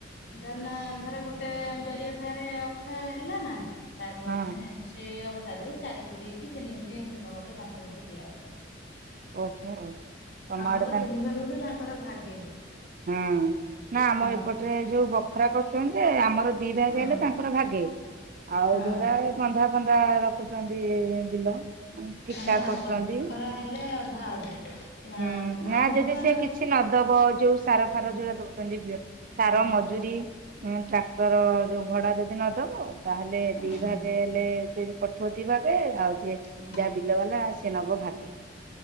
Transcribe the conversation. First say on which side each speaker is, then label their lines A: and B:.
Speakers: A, on the left (about 65°); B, on the right (about 50°).
A: ଧରନା ଧର ଗୋଟେ ଜରିଆଖରେ ଅଖେ ହେଲା ନା ତାକୁ
B: ହଁ
A: ଆମେ ସେଇ ଅଖାରୁ ଚାରିପୁଡି଼ କି ତିନି ପୁଡି଼ ଏମିତି କଣ ଗୋଟେ ତାଙ୍କ ହରୁ ଦିଆ ହବ।
B: ଓହୋ ତମ
A: ଆମର
B: ଆଡେ
A: ତିନି ଭାଗକୁ ତାଙ୍କର ଭାଗେ।
B: ହୁଁ ନାଁ ଆମ
A: ହଁ
B: ଏପଟରେ ଯୋଉ ବଖରା କରୁଛନ୍ତି ଯେ ଆମର ଦି ଭାଗେ
A: ହଁ
B: ହେଲେ ତାଙ୍କର ଭାଗେ। ଆଉ
A: ହଁ।
B: ଯୋଉରା ଏ ବନ୍ଧା ଫନ୍ଧା ରଖୁଚନ୍ତି ବିଲ ଏଁ ଠିକା
A: ନା
B: କରୁଚନ୍ତି।
A: ବଖରା ହେଲେ ଅଧା ଅଧା
B: ହୁଁ ନାଁ
A: ଆମର
B: ଯଦି
A: ପା
B: ସିଏ କିଛି ନଦବ ଯୋଉ ସାର
A: ହୁଁ
B: ଫାର ଯୋଉରା ଦୋଉଚନ୍ତି ବି
A: ହୁଁ
B: ସାର ମଜୁରୀ ଉଁ ଟ୍ରାକ୍ଟର ଯୋଉ ଭଡ଼ା ଯଦି ନଦବ ତାହେଲେ
A: ହଁ।
B: ଦି ଭାଗେ ଏଲେ ଯିଏ କରିଥିବ ଦି ଭାଗେ ଆଉ ଯିଏ ଯାହା
A: ଓହୋ
B: ବିଲ ବାଲା ସିଏ ନବ ଭାଗେ।